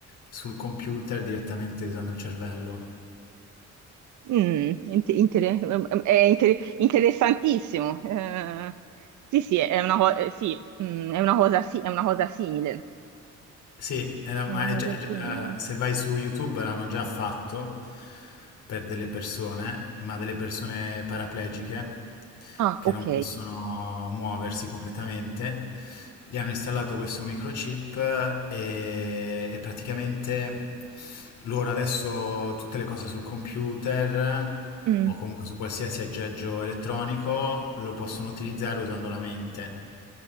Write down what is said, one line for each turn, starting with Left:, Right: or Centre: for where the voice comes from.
Left: sul computer direttamente usando il cervello.
Right: Mm, int- inter- è inter- interessantissimo. Eh, sì, sì, è una, co- eh, sì, mm, è una cosa, si- è una cosa simile.
Left: Sì, era-
Right: È
Left: ma
Right: una
Left: è
Right: cosa
Left: già- già-
Right: simile.
Left: eh, se vai su YouTube l'hanno già fatto per delle persone, ma delle persone paraplegiche
Right: Ah,
Left: che
Right: ok.
Left: non possono muoversi completamente. Gli hanno installato questo microchip e, e praticamente loro adesso tutte le cose sul computer
Right: Mm,
Left: o comunque su qualsiasi aggeggio elettronico lo possono utilizzare usando la mente